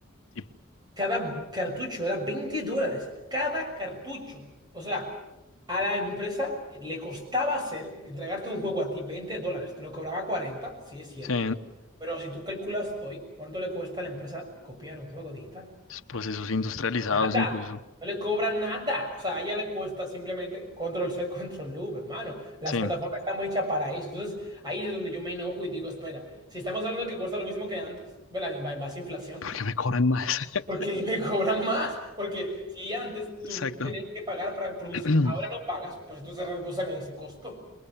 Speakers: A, on the left (about 75°); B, on the right (about 20°).
A: sí,
B: Cada cartucho era 20 dólares, cada cartucho. O sea, a la empresa le costaba hacer, entregarte un juego a ti 20 dólares, te lo cobraba cuarenta sí es cierto,
A: sí.
B: pero si tú calculas hoy cuánto le cuesta a la empresa copiar un juego digital,
A: Los procesos industrializados
B: nada,
A: incluso.
B: no le cobran nada. O sea, a ella le cuesta simplemente control C, <laughs> control V, hermano. Las
A: Sí,
B: plataformas están muy hechas para eso. Entonces, ahí es donde yo me enojo y digo, espera, si estamos hablando que cuesta lo mismo que antes, ¿verdad? En base a inflación.
A: porque me cobran más. <laughs>
B: Porque <laughs> me cobran más. Porque si antes tú
A: Exacto.
B: tenías que pagar para producir,
A: <clears throat>
B: ahora no pagas, pues entonces reducen ese costo.